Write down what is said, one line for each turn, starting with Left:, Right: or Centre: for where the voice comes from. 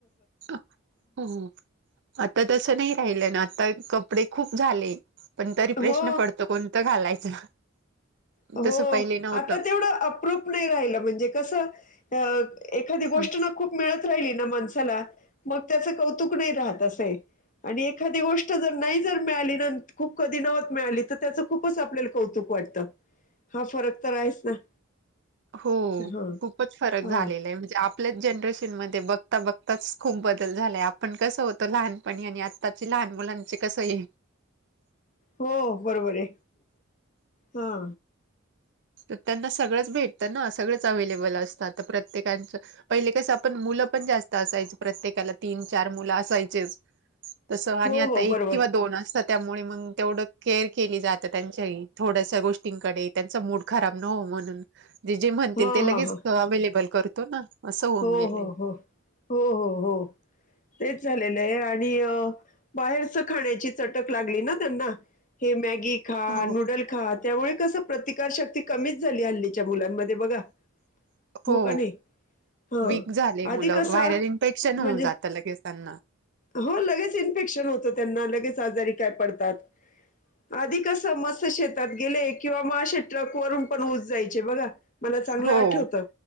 Right: हं, हुं.. हुं.. आता तस नाही राहिलं ना, आता कपडे खूप झाले. पण तरी
Left: हो
Right: प्रश्न पडतो कोणतं घालायचं?
Left: हो
Right: तसं पहिले नव्हतं.
Left: आता तेवढं अप्रुप पण नाही राहिलं म्हणजे कसं अ एखादी
Right: हम्म.
Left: गोष्ट ना खूप मिळत राहिली ना माणसाला मग त्याच कौतुक नाही राहत असं आहेआणि एखादी गोष्ट जर नाही जर मिळाली ना खूप कधी नवत मिळाली तर त्याचं खूपच आपल्याला कौतुक वाटतं. हा फरक तर आहेच ना.
Right: हो
Left: हा
Right: खूपच फरक
Left: हो
Right: झालेला आहे म्हणजे आप आपल्याच जनरेशनमध्ये बघता- बघताच खूप बदल झाला आहे, आपण कसं होतो लहानपणी आणि आत ताची लहान मुलांची कसं हे
Left: हो बरोबर आहे, हा.
Right: तर त्यांना सगळंच भेटतं ना, सगळंच अवेलेबल असतं आता प्रत्येकाचं पहिले कसं आपण मुलं पण जास्त असायची, प्रत्येकाला तीन -चार मुलं असायचेच तसं आणि
Left: हो,
Right: आता
Left: हो.
Right: एक
Left: बरोबर.
Right: किंवा दोन असतात. त्यामुळे मग तेवढं केअर केली जाते त्यांच्याही थोड्याशा गोष्टींकडे त्यांचा मूड खराब न होऊ म्हणून जे- जे म्हणतील
Left: हां,
Right: ते लगेच
Left: हां, हां.
Right: अवेलेबल करतो ना, असं होऊन
Left: हो,
Right: गेलंय
Left: हो, हो.... हो, हो, हो.. तेच झालेलं आहे आणि बाहेरच खाण्याची चटक लागली ना त्यांना. हे मॅगी खा,
Right: हो
Left: नूडल खा, त्यामुळे कस प्रतिकारशक्ती कमीच झाली हल्लीच्या मुलांमध्ये बघा.
Right: हो
Left: हो‌ का नाही? हां.
Right: वीक झाले
Left: आधी
Right: मुलं
Left: कसं
Right: व्हायरल इन्फेक्शन होऊन
Left: म्हणजे
Right: जात लगेच त्यांना.
Left: हो लगेच इन्फेक्शन होतं. त्यांना लगेच आजारी काय पडतात, आधी कसं मस्त शेत तात गेले किंवा मग असे ट्रक वरून पण ऊस जायचे बघा. मला चांगलं
Right: हो
Left: आठवतं